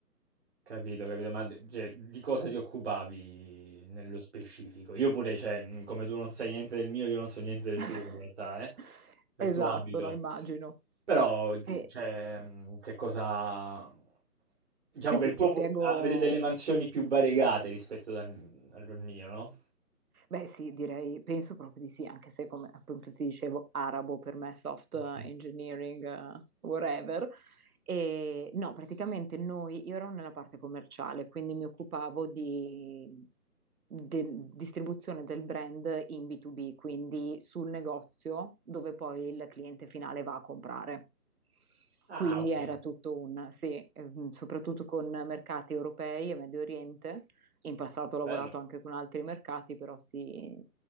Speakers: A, on the right; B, on the right.
A: Capito, capito, ma d- cioè, di cosa ti occupavi nello specifico? Io pure, cioè, mh, come tu non sai niente del mio, io non so niente del
B: <laughs>
A: tuo in realtà, eh? Del
B: Esatto,
A: tuo abito.
B: no, immagino.
A: Però, giu
B: E,
A: cioè, mhmm, che cosa diciamo
B: Sì,
A: che
B: sì,
A: il tuo
B: ti spiego.
A: po a avete delle mansioni più variegate rispetto al al mio, no?
B: Beh, sì, direi, penso proprio di sì, anche se come appunto ti dicevo, arabo per me, soft
A: <laughs>
B: engineering,
A: Mh-mh.
B: eh, whatever. E no, praticamente noi, io ero nella parte commerciale, quindi mi occupavo di, de- distribuzione del brand in B2B, quindi sul negozio dove poi il cliente finale va a comprare.
A: Ah,
B: Quindi
A: okay,
B: era tutto un, sì, ehm, soprattutto con mercati europei e Medio Oriente In passato ho lavorato
A: bello.
B: anche con altri mercati, però sì,